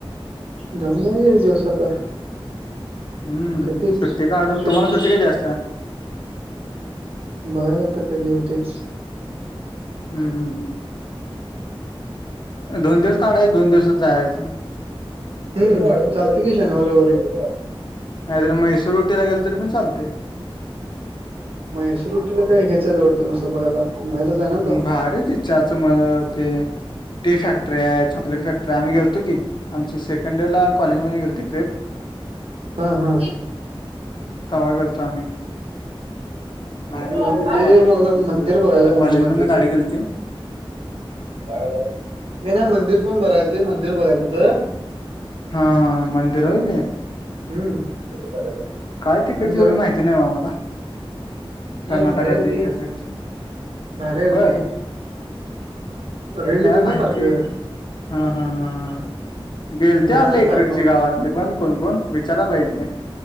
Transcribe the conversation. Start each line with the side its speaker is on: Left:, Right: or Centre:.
Right: जाऊन येउया एक दिवस आता.
Left: हम्म
Right: कधी
Left: सुट्टी काढून
Right: ते
Left: तुम्हाला
Right: म्हणजे
Left: सुट्टी कधी असत्या?
Right: बघायचा आता कधी होतंय.
Left: हम् हम् हम. दोन दिवस काढायच दोन दिवस जायचं.
Right: हम चालते की शनिवारी रविवारी.
Left: नाहीतर मैसूर उटी ला गेल तरी पण चालते.
Right: म्हैसूर उटी ला काय ह्याच आहेत वाटत नुसतं बघायला बाहेरलाच आहे ना तो
Left: भारी ती च्याच मग ते टी फॅक्टरी आहे. चॉकलेट फॅक्टरी आम्ही गेलतो की आमची सेकंड यर ला कॉलेजमध्ये गेलती ट्र्रीप
Right: हा हा
Left: तवा गेलतो आम्ही भारी
Right: ते
Left: होत तिथलं वातावरण
Right: मला जरा मंदिर
Left: सगळं असं
Right: बघायचं म्हणून
Left: कॉलेजमधनं
Right: म्हणलं
Left: गाडी
Right: ते
Left: गेलती
Right: नाही नाही मंदिर पण बर आहे ते मंदिर बघायच होतं
Left: हां हां हां मंदिर होय ते?
Right: हम्म
Left: काय तिकडची
Right: आणि जर
Left: एवढी माहिती नाही बा मला.
Right: नाही
Left: कर्नाटकातले
Right: भारी आहे रे ते
Left: इति साईडचे
Right: भारी आहे
Left: बर.
Right: रे ते रील
Left: काय
Right: येतात
Left: माहिती
Right: ना सारखं
Left: हा हा ह. गेलते
Right: व्हिडिओ
Left: आपल्या
Right: असतात
Left: इकडची
Right: सारखं
Left: गावातली पण कोणकोण विचाराय पाहिजे.